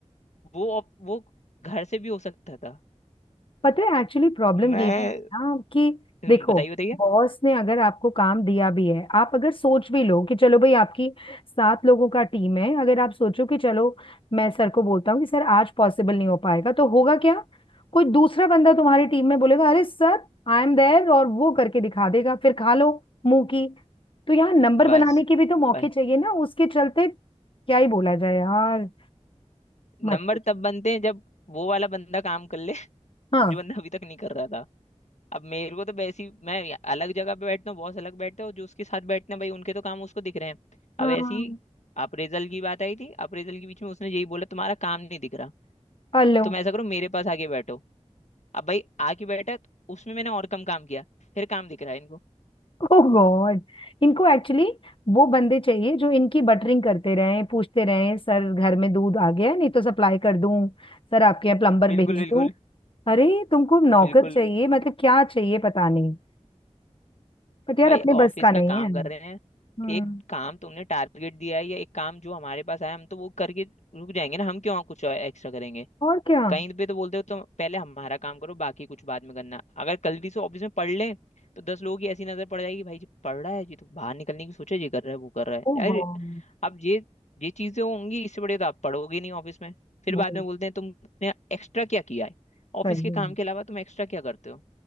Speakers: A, on the left (about 70°); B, on the left (about 45°).
A: वो op- वो घर से भी हो सकता था
B: पता है एक्चुअली प्रॉब्लम
A: मैं
B: ये भी है ना कि
A: हम्म,
B: देखो
A: बताइए बताइए
B: बॉस ने अगर आपको काम दिया भी है आप अगर सोच भी लो कि चलो भाई आपकी सात लोगों का टीम है अगर आप सोचो कि चलो मैं सर को बोलता हूँ कि सर आज पॉसिबल नहीं हो पाएगा तो होगा क्या कोई दूसरा बंदा तुम्हारी टीम में बोलेगा अरे सर आई एम देयर और वो करके दिखा देगा फिर खा लो मुंह की तो यहाँ नंबर
A: बस
B: बनाने के भी तो मौके
A: भाई
B: चाहिए ना उसके चलते क्या ही बोला जाए यार मत
A: नंबर
B: पूछ
A: तब बनते हैं जब वो वाला बंदा काम कर ले <laughs>
B: हाँ
A: जो बंदा अभी तक नहीं कर रहा था अब मेरे को तो वैसी मैं या- अलग जगह पे बैठता हूँ बॉस अलग बैठते हैं और जो उसके साथ बैठते हैं भाई उनके तो काम उसको दिख रहे हैं अब
B: हाँ
A: ऐसी अप्रेजल की बात आई थी अप्रेजल के बीच में उसने यही बोला तुम्हारा काम नहीं दिख रहा
B: हेलो
A: तुम ऐसा करो मेरे पास आके बैठो अब भाई आके बैठा तो उसमें मैंने और कम काम किया फिर काम दिख रहा है इनको
B: <laughs> ओह गॉड इनको एक्चुअली वो बंदे चाहिए जो इनकी बटरिंग करते रहें पूछते रहें सर घर में दूध आ गया है? नहीं तो सप्लाई कर दूं सर आपके यहाँ प्लम्बर
A: बिल्कुल
B: भेज
A: बिल्कुल
B: दूं अरे तुमको नौकर
A: बिल्कुल
B: चाहिए मतलब क्या चाहिए पता नहीं बट यार
A: भाई
B: अपने
A: ऑफिस
B: बस का नहीं
A: का काम
B: है
A: कर रहे हैं
B: हम्म
A: एक काम तुमने टारगेट दिया है या एक काम जो हमारे पास आया हम तो वो करके रुक जाएंगे ना हम क्यों कुछ एक्स्ट्रा करेंगे
B: और क्या
A: कहीं पे तो बोलते हो तो पहले हमारा काम करो बाकी कुछ बाद में करना अगर गलती से ऑफिस में पढ़ लें तो दस लोगों की ऐसी नजर पड़ जाएगी भाई जी पढ़ रहा है जी तो बाहर निकलने की सोचा जी कर रहा है वो कर रहा है
B: ओ गॉड
A: यार अब ये ये चीजें होंगी इससे बड़े तो आप पढ़ोगे नहीं ऑफिस में फिर
B: वो
A: बाद में बोलते हैं तुमने एक्स्ट्रा क्या किया है ऑफिस
B: सही
A: के काम
B: में,
A: के अलावा तुम एक्स्ट्रा क्या करते हो